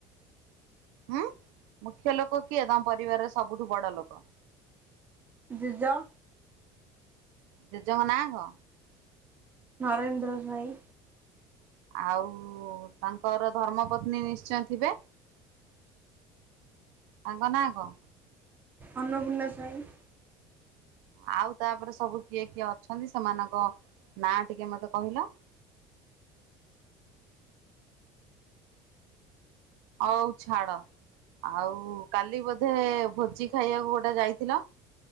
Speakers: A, on the right; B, on the right.
A: ଉଁହୁଁ ମୁଖ୍ୟ ଲୋକ କିଏ? ତମ ପରିବାରର ସବୁଠୁ ବଡ ଲୋକ।
B: ଜେଜ।
A: ଜେଜେଙ୍କ ନାଁ କଣ?
B: ନରେନ୍ଦ୍ର ସ୍ବାଇଁ।
A: ଆଉଁ ତାଙ୍କର ଧର୍ମ ପତ୍ନୀ ନିଶ୍ଚୟେ ଥିବେ। ତାଙ୍କ ନାଁ କଣ?
B: ଅନ୍ନପୂର୍ଣ୍ଣ ସ୍ୱାଇଁ।
A: ଆଉ ତାପରେ ସବୁ କିଏ କିଏ? ଅଛନ୍ତି ସେମାନଙ୍କ ନାଁ ଟିକେ ମତେ କହିଲ? ହଉ ଛାଡ ଆଉ କାଲି ବୋଧେ ଭୋଜି ଖାଇବାକୁ ଗୋଟେ ଯାଇଥିଲ।